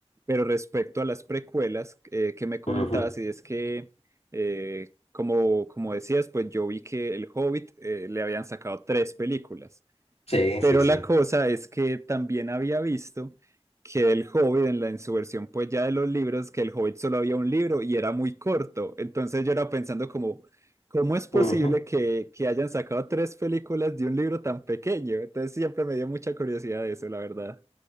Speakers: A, on the right; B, on the left.
A: pero respecto a las precuelas eh, que me comentabas,
B: Ujú.
A: y es que, eh, como, como decías, pues yo vi que El Hobbit eh, le habían sacado tres películas.
B: Sí,
A: Pero
B: sí, sí.
A: la cosa es que también había visto que el Hobbit en la en su versión pues ya de los libros, que el Hobbit solo había un libro y era muy corto. Entonces yo era pensando como, ¿cómo es posible
B: Ujú.
A: que, que hayan sacado tres películas de un libro tan pequeño? Entonces siempre me dio mucha curiosidad de eso, la verdad.